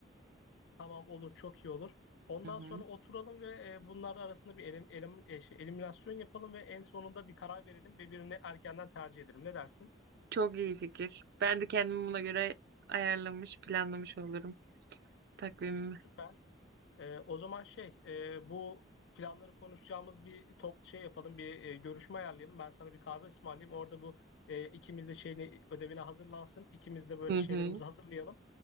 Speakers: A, on the left; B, on the right.
A: tamam olur çok iyi olur. Ondan
B: Hı hı.
A: sonra oturalım ve e, bunlar arasında bir elim, elim, e, şey, eliminasyon yapalım ve en sonunda bir karar verelim ve birini erkenden tercih edelim. Ne dersin?
B: Çok iyi fikir. Ben de kendimi buna göre ayarlamış, planlamış olurum takvimimi.
A: Süper. Ee, o zaman şey e, bu planları konuşacağımız bir top şey yapalım bir e, görüşme ayarlayalım. Ben sana bir kahve ısmarlayayım. Orada bu e, ikimiz de şeyini ödevine hazırlansın. İkimiz de böyle
B: Hı
A: şeylerimizi
B: hı.
A: hazırlayalım.